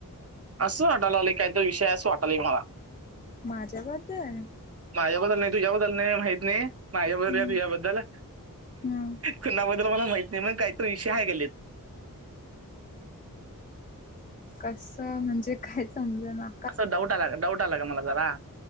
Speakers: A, on the right (about 45°); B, on the left (about 25°).
A: असं वाटाला लागलंय काहीतरी विषय असं वाटालय मला....
B: माझ्या बद्दल...
A: माझ्याबद्दल नाही तुझ्याबद्दल नाही माहित नाही, माझ्याबद्दल
B: हम्म
A: का तुझ्याबद्दल...
B: हम्म
A: कुणाबद्दल मला माहित नाही मग काहीतरी विषय आहे गल्लीत....
B: कस म्हणजे काय समजना....
A: असं डाऊट आला डाऊट आला गं मला जरा....